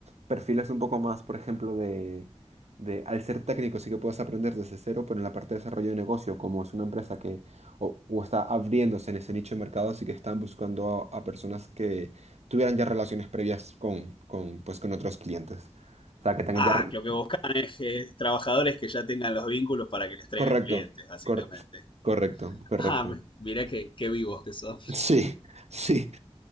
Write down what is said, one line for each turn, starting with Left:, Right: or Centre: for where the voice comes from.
Right: perfiles un poco más, por ejemplo, de, de, al ser técnico sí que puedes aprender desde cero, pero en la parte de desarrollo de negocio, como es una empresa que o, o está abriéndose en ese nicho de mercado, sí que están buscando a, a personas que tuvieran ya relaciones previas con, con, pues, con otros clientes. O sea, que tengan
Left: Ah,
Right: ya... re-
Left: que lo que buscan es eh, trabajadores que ya tengan los vínculos para que les traigan
Right: Correcto,
Left: clientes, básicamente.
Right: cor- correcto, correcto.
Left: Ah, mi- mirá qué, qué vivos que son.
Right: Sí, sí.